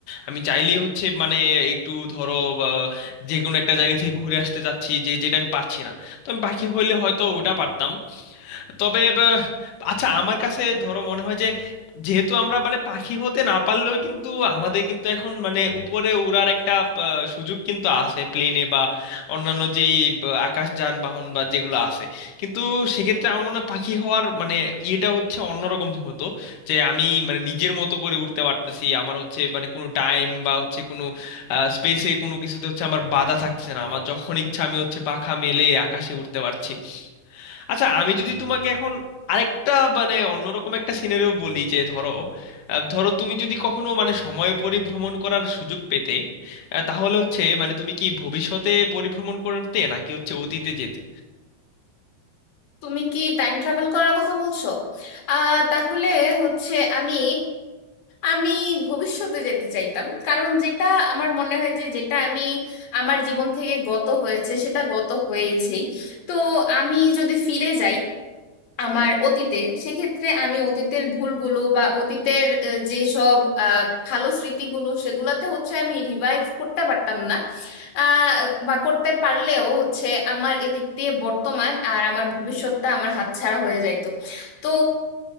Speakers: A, on the left; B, on the left.
A: আমি চাইলেই হচ্ছে মানে একটু ধরো বা যে কোনো একটা জায়গা থেকে ঘুরে আসতে চাচ্ছি যে যেটা আমি পাচ্ছি না তো আমি পাখি হইলে হয়তো ওটা পারতাম তবে ব- আচ্ছা আমার কাছে ধরো মনে হয় যে যেহেতু আমরা মানে পাখি হতে না পারলেও কিন্তু আমাদের কিন্তু এখন মানে উপরে উড়ার একটা আহ, সুযোগ কিন্তু আছে প্লেনে বা অন্যান্য যেই ব- আকাশ যানবাহন বা যেগুলো আছে কিন্তু সেক্ষেত্রে আমার মনে হয় পাখি হওয়ার মানে ইয়েটা হচ্ছে অন্যরকম হতো যে আমি মানে নিজের মতো করে উঠতে পারতেছি আমার হচ্ছে মানে কোনো টাইম বা হচ্ছে কোনো স্পেসে কোনো কিছুতে হচ্ছে আমার বাধা থাকছে না আমার যখন ইচ্ছা আমি হচ্ছে পাখা মেলে আকাশে উঠতে পারছি আচ্ছা আমি যদি তোমাকে এখন আরেকটা মানে অন্যরকম একটা সিনারিও বলি যে ধরো আহ, ধরো তুমি যদি কখনো মানে সময় পরিভ্রমণ করার সুযোগ পেতে আহ, তাহলে হচ্ছে মানে তুমি কি ভবিষ্যতে পরিভ্রমণ করতে নাকি হচ্ছে অতীতে যেতে
B: তুমি কি টাইম ট্রাভেল করার কথা বলছো আহ তাহলে হচ্ছে আমি আমি ভবিষ্যতে যেতে চাইতাম কারণ যেটা আমার মনে হয় যে যেটা আমি আমার জীবন থেকে গত হয়েছে সেটা গত হয়েছেই তো আমি যদি ফিরে যাই আমার অতীতে সেক্ষেত্রে আমি অতীতের ভুলগুলো বা অতীতের আহ, যেসব আহ, ভালো স্মৃতিগুলো সেগুলাতে হচ্ছে আমি রিভাইভ করতে পারতাম না আহ, বা করতে পারলেও হচ্ছে আমার এদিক দিয়ে বর্তমান আর আমার ভবিষ্যৎটা আমার হাতছাড়া হয়ে যাইতো তো